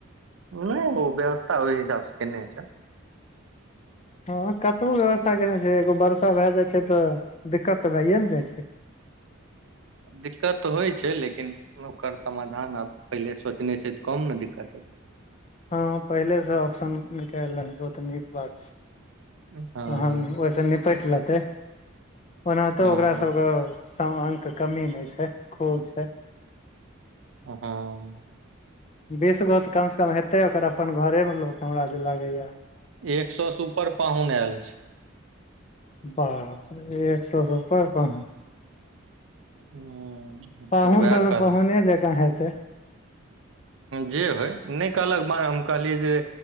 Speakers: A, on the right; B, on the left.
A: नहि ओ व्यवस्था ओहि हिसाब से केने छै
B: हँ कतबो व्यवस्था केयने छै एगो वर्षा भए जाइ छै तऽ दिक्कत तऽ भैए ने जाइ छै
A: दिक्कत तऽ होइत छै लेकिन ओकर समाधान आब पहिले सोचने छै तऽ कम ने दिक्कत हेतै
B: हँ पहिलेसँ ऑप्शन निकालि लेने छै ओ तऽ नीक बात छै
A: हँ
B: तहन ओहिसँ निपटि लेतै ओनाहुतो
A: हँ
B: ओकरा सभके समांग के कमी नहि छै खूब छै
A: ओ हॉं
B: बीसगो तऽ कमसँ कम हेतै ओकर अपन घरेमे लोक हमरा जे लगैए
A: एक सौ से उपर पाहुन आयल छै
B: बापरे एक सए से उपर पाहुन
A: हुं
B: पाहुन
A: वएह
B: सब तऽ
A: कहलक
B: पाहुने जकाँ हेतै
A: जे होय नहि कहलक बांय हम कहलियै जे